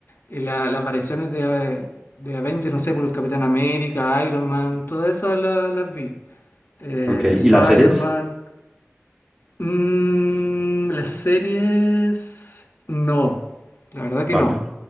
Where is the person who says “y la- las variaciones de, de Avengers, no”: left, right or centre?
Left